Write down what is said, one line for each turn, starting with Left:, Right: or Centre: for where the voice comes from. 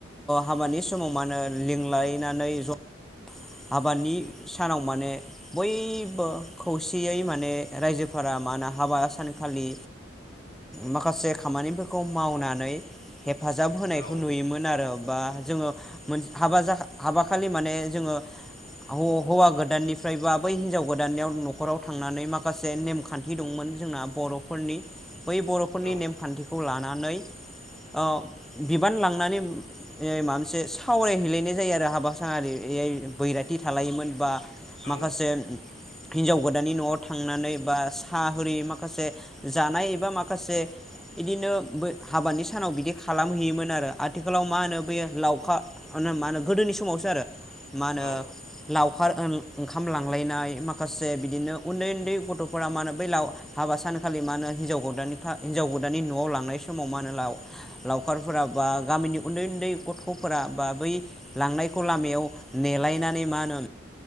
Centre: हाबानि ओ समाव मानो लिंलायनानै ज हाबानि सानाव माने बयबो खौसेयै माने रायजोफोरा मा होनो हाबा सानखालि माखासे ओ खामानिफोरखौ मावनानै नै हेफाजाब होनायखौ
Left: औ
Centre: नुयोमोन आरो बा जोङो हाबा जा-हाबा खालि माने जोङो हौवा गोदाननिफ्राय बा बै हिनजाव गोदाननियाव न'खराव थांनानै माखासे नेमखान्थि दंमोन जोंना बर'फोरनि बै बर'फोरनि
Left: औ
Centre: नेमखान्थिखौ लानानै औ बिबान लांनानै ए माबा मोनसे सावरायहैलायनाय जायो आरो हाबा सानारि इयाय बैराथि थालायोमोन बा
Left: औ
Centre: माखासे हिनजाव गोदाननि न'आव थांनानै बा साहा होरि माखासे जानाय एबा माखासे बिदिनो ब हाबानि सानाव बिदि खालामहैयोमोन आरो आथिखालाव मा होनो बेयो लावखा मानो मा होनो गोदोनि समावसो आरो। मा होनो
Left: औ
Centre: लाव खार ओन ओंखाम लांलायनाय माखासे बिदिनो उन्दै उन्दै गथ'फोरा मा होनो बै लाव हाबा सानखालि मा होन हिनजाव गोदानखा हिनजाव गोदानानि नआव लांनाय समाव मा होनो लाव लावखार फोरा बा गामिनि उन्दै उन्दै गथ'फोरा बा बै लांनायखौ लामायाव नेलायनानै मा होनो